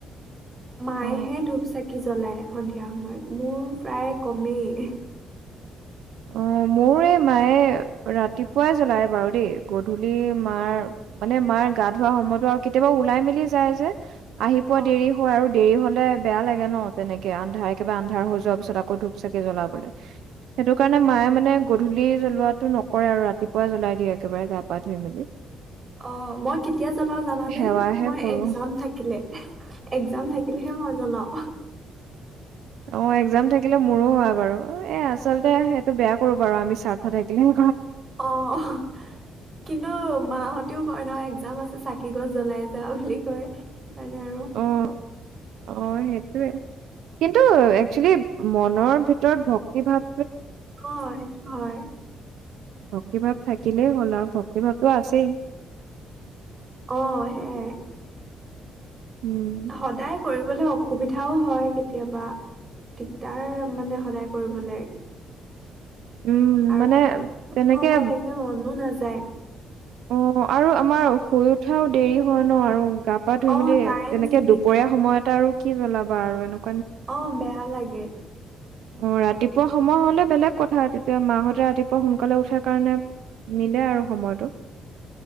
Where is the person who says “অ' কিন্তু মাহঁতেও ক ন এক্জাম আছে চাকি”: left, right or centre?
Right